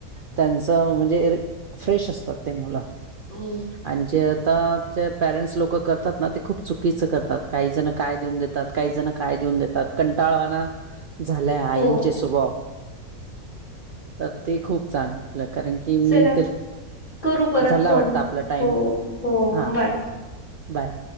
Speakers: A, on the right; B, on the left.
A: त्यांचं म्हणजे, फ्रेश असतात ते मुलं.
B: होय.
A: आणि जे आता पॅरेंट्स लोक करतात. ना, ते खूप चुकीचं करतात. काही जण काय देऊन देतात, काही जण काय देऊन देतात, कंटाळवाना झालंय आईंचे
B: हो.
A: स्वभाव तर ते खूप चांगलं कारण की, मी
B: चला करू परत
A: झाला
B: फोन.
A: वाटतं आपला टाइम
B: हो, हो.
A: हा.
B: बाय.
A: बाय.